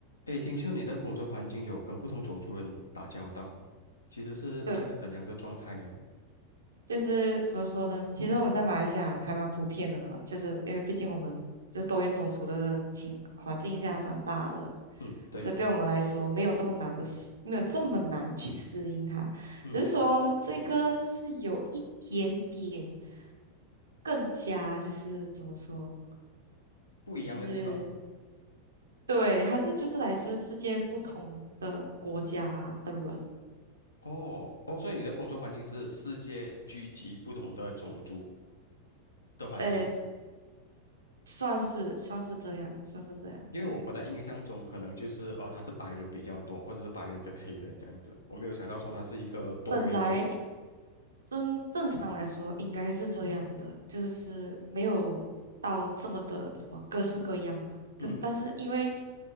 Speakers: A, on the left (about 80°); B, on the right (about 70°).
A: 诶，听说你的工作环境有跟不同种族人打交道，其实是一个怎样的状态呢？
B: 对，就是怎么说呢？其实我们在马来西亚还蛮普遍的嘛，就是因为毕竟我们就是多元种族的情环境下长大的，
A: 嗯，对，
B: 所以对我们来说没有这么难的适，没有这么难去适应它。
A: 嗯，
B: 只是说这个是有一点点更加就是怎么说，
A: 不一样的地方。
B: 就是对，他是就是来自世界不同的国家的人，
A: 哦，哦，所以你的工作环境是世界聚集不同的种族的环境，
B: 呃，算是算是这样，算是这样，
A: 因为我本来印象中可能就是哦，
B: 对。
A: 他是白人比较多，或者是白人跟黑人这样子，我没有想到说他是一个多元种族。
B: 本来正正常来说应该是这样的，就是没有到这么的怎么各式各样嘛。可但是因为
A: 嗯